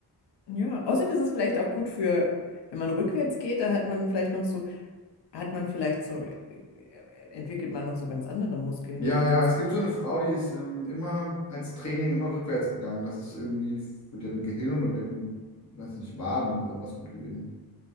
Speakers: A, on the left; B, on the left.
A: Ja, außerdem ist es vielleicht auch gut für, wenn man rückwärts geht, da hat man vielleicht noch so, hat man vielleicht so, äh, äh, entwickelt man noch so ganz andere Muskeln,
B: Ja,
A: die man
B: ja,
A: sonst,
B: es gibt so eine Frau, die ist ähm, immer als Training immer rückwärts gegangen. Das ist irgendwie für deren Gehirn und deren, weiß nicht, Waden besonders gut gewesen.